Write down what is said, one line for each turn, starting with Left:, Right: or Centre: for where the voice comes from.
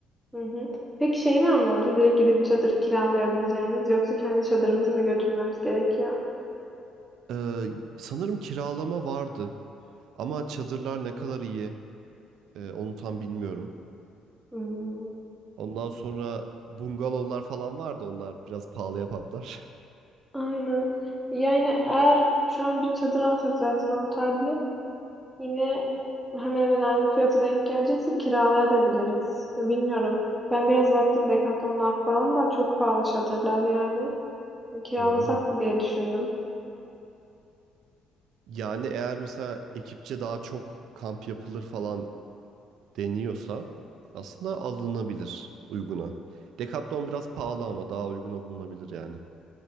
Centre: Hı hı. Peki şey var mı orada? Direkt gidip çadır kiralayabileceğimiz yoksa kendi çadırımızı mı götürmemiz gerekiyor?
Right: Ee, sanırım kiralama vardı. Ama çadırlar ne kadar iyi e, onu tam bilmiyorum.
Centre: Hmm,
Right: Ondan sonra bungalovlar falan vardı. Onlar biraz pahalıya patlar. <laughs>
Centre: Aynen. Yani eğer şu an bir çadır alsak zaten ortaydı yine hemen hemen aynı fiyata denk gelecekse kiralayabiliriz. Ya bilmiyorum. Ben biraz baktım Decathlon'dan falan da çok pahalı çadırlar yani. Kiralasak
Right: Öyle mi?
Centre: mı diye düşündüm.
Right: Yani eğer mesela ekipçe daha çok kamp yapılır falan deniyorsa aslında alınabilir uyguna. Decathlon biraz pahalı ama daha uyguna bulunabilir yani.